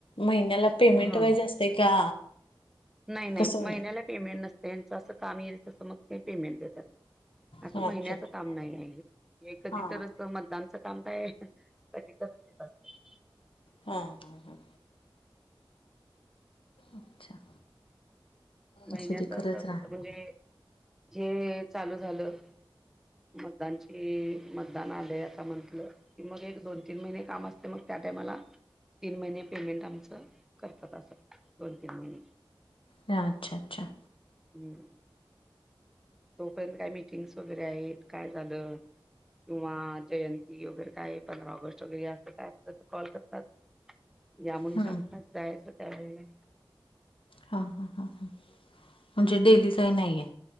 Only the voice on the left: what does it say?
महिन्याला पेमेंट
वाईज असते का.
कसं म्हणजे
हा
अच्छा अच्छा
हा
हा ह ह अच्छा.
असू दे
करत
राहा
हा अच्छा अच्छा.
हम्म
हा हा ह ह म्हणजे डेलीच नाहीये.